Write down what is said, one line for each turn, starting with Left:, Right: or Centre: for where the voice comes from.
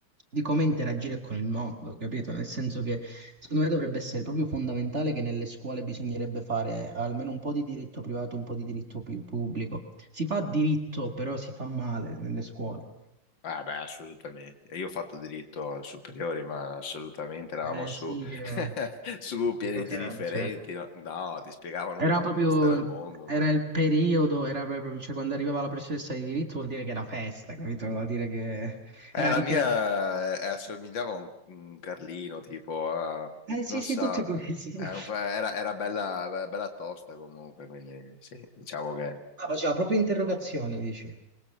Right: di come interagire con il mondo, capito? Nel senso che secondo me dovrebbe essere proprio fondamentale che nelle scuole bisognerebbe fare almeno un po' di diritto privato, un po' di diritto pi- pubblico. Si fa diritto, però si fa male nelle scuole.
Left: Ah, beh, assolutamente. E Io ho fatto diritto al superiore, ma assolutamente eravamo
Right: Eh
Left: su,
Right: sì, che,
Left: <laughs> su pianeti
Right: che cos'è?
Left: differenti.
Right: Cioè.
Left: No? No, ti spiegavano
Right: Era
Left: un po'
Right: proprio,
Left: come stare al mondo.
Right: era
Left: Ma...
Right: il periodo, era proprio, cioè quando arrivava la professoressa di diritto vuol dire che era festa, capito? Vuol dire che era
Left: Eh, la
Right: ricreativa.
Left: mia eh, assomigliava a un, un Carlino, tipo, a-
Right: Eh sì,
Left: non
Right: sì,
Left: so,
Right: tutti questi.
Left: era,
Right: Ma
Left: un po'- era- era bella, bella tosta comunque, quindi sì, diciamo che...
Right: faceva proprio interrogazioni, dici.